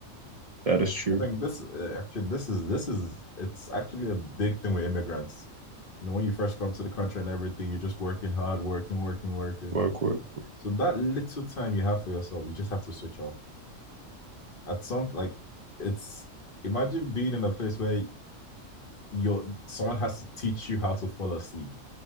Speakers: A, on the right; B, on the left.
A: that is true.
B: I think this uh, actually this is this is it's actually a big thing with immigrants. You know, when you first come to the country and everything, you're just working hard, working, working, working.
A: Work, work, work.
B: So that little time you have for yourself, you just have to switch off. At some like it's imagine being in a place where you're someone has to teach you how to fall asleep.